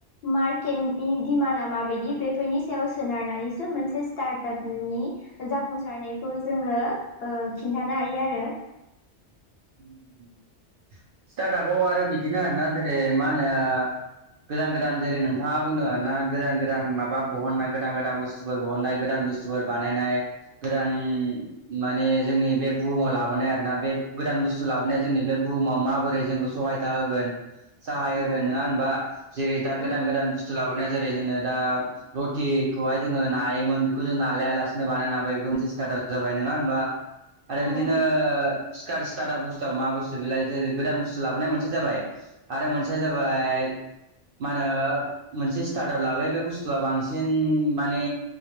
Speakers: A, on the left; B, on the right.
A: मारकेटदि दिमाना माबायदि बेफोरनि सायाव सोनारनानैसो मोन से स्टार्टापनि जाफुंसारनायखौ जोङो ओ खिन्थानो हायो आरो
B: <unintelligible> स्टार्टापाव आरो बिदिनो आरो ना जेरै मा होनो गोदान गोदान जेरै नोंथाङा बुंदों आरो ना गोदान गोदान माबा बहननाय गोदान गोदान बुस्थुफोर बहननाय गोदान बुस्थुफोर बानायनाय गोदान माने जोंनि बे बुहुमाव लाबोनाय आरो ना बे गोदान बुस्थु लाबोनाया जोंनि बे बुहुमाव माबोरै जोंखौ सहायथा होगोन <unintelligible> होगोन
A: उम
B: नोङा होनबा जेरै दा गोदान
A: उम
B: गोदान बुस्थु लाबोनाया जेरै जोंनो दा रटिखौहाय जोङो नायोमोन बेखौ जों ना <unintelligible> लासेनो बानायनो हाबाय बेबो मोनसे स्टार्टाप जाबाय नोङा होनबा आरो
A: उम
B: बिदिनो स्कार स्टार्टा बुस्थु मा बुस्थु बेलाय जेरै गोदान बुस्थु लाबोनाय मोनसेया जाबाय आरो मोनसेया जाबाय मा होनो मोनसे स्टार्टार लाबाय बे बुस्थुआ बांसिन माने